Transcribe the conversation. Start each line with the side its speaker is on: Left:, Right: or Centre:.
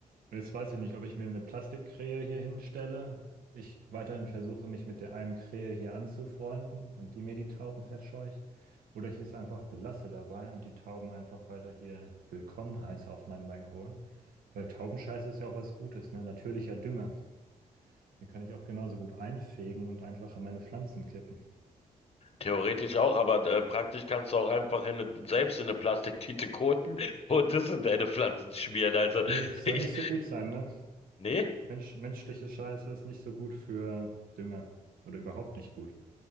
Right: Jetzt weiß ich nicht, ob ich mir eine Plastikkrähe hier hinstelle. Ich weiterhin versuche, mich mit der einen Krähe hier anzufreunden und die mir die Tauben verscheucht. Oder ich es einfach belasse dabei und die Tauben einfach weiter hier willkommen heiße auf meinem Balkon. Weil Taubenscheiße ist ja auch was Gutes, ne? Natürlicher Dünger. Den kann ich auch genauso gut einfegen und einfach in meine Pflanzen kippen.
Left: Theoretisch auch, aber äh, praktisch kannst du auch einfach in eine, selbst in eine Plastiktüte koten <laughs> und das in deine Pflanzen schmieren. Also
Right: Nee,
Left: <laughs>
Right: soll
Left: ich,
Right: nicht so gut sein, ne?
Left: nee.
Right: Mensch, menschliche Scheiße ist nicht so gut für Dünger. Oder überhaupt nicht gut.